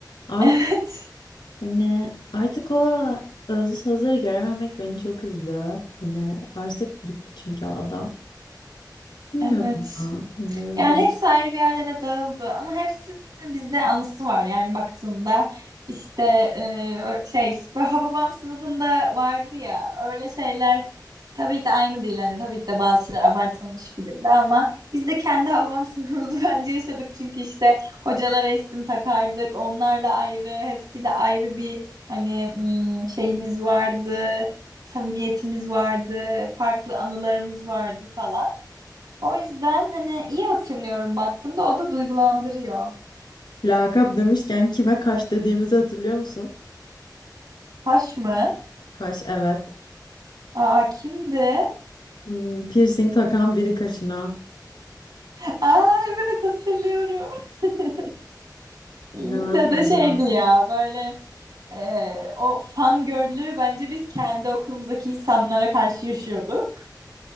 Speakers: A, on the left (about 85°); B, on the right (about 65°).
A: Art
B: Evet.
A: hani artık o özlü sözleri görememek beni çok üzdü. Hani artık gitti çünkü o adam. Bilmiyorum
B: Evet.
A: ya. Hani
B: Yani
A: zam-
B: hepsi ayrı bir yerlere dağıldı ama hepsinin bizde anısı var. Yani baktığında işte e, şey böyle Hababam sınıfında vardı ya öyle şeyler tabii ki de aynı değil. Hani tabii ki de bazı şeyler abartılmış filmde ama biz de kendi Hababam sınıfımızı <laughs> bence yaşadık. Çünkü işte hocalara isim takardık. Onlarla ayrı, hepsiyle ayrı bir hani mm, şeyimiz vardı. Samimiyetimiz vardı, farklı anılarımız vardı falan. O yüzden hani iyi hatırlıyorum baktığımda o da duygulandırıyor.
A: Lakap demişken kime kaş dediğimizi hatırlıyor musun?
B: Taş mı?
A: Kaş evet.
B: Aa kimdi?
A: Hmm, piercing takan biri kaşına.
B: <laughs> Aa evet hatırlıyorum. <laughs> Yine
A: İnanamıyorum.
B: de şeydi ya böyle e, o fangirl'lüğü bence biz kendi okulumuzdaki insanlara karşı yaşıyorduk.